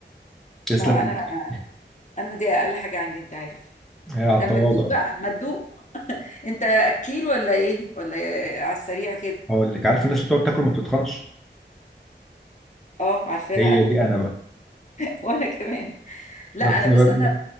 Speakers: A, in the centre; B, on the left.
A: تسلم
B: ما
A: ايدك
B: انا انا دي اقل حاجه عندي انت عارف
A: هي على التواضع
B: لما تدوق بقى ما تدوق انت اكيل ولا ايه ولا إيه؟ على السريع كده
A: <laughs> هقول لك عارف الناس اللي بتقعد تاكل ما بتتخنش
B: اه عارفاها
A: هي
B: انا
A: دي انا بقى
B: <laughs> وانا كمان لا
A: بس
B: انا
A: انا
B: بس
A: بقى...